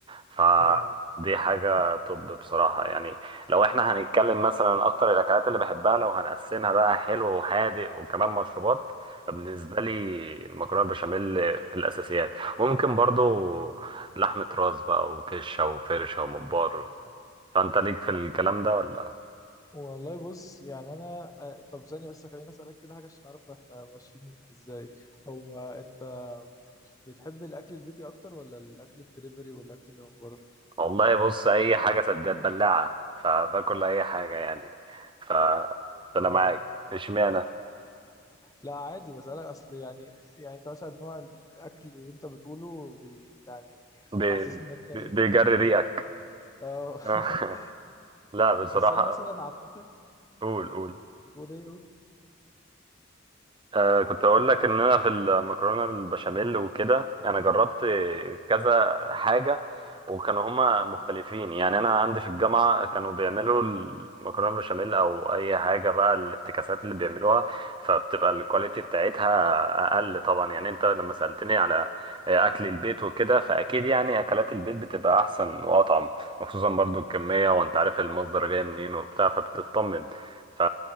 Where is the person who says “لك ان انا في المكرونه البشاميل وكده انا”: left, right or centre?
Right